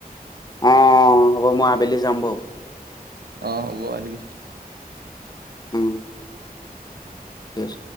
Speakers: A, on the left; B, on the right.
A: অ', হ'ব মই আবেলি যাম বাৰু।
B: অ', হ'ব আহিবি।
A: উম', এছ।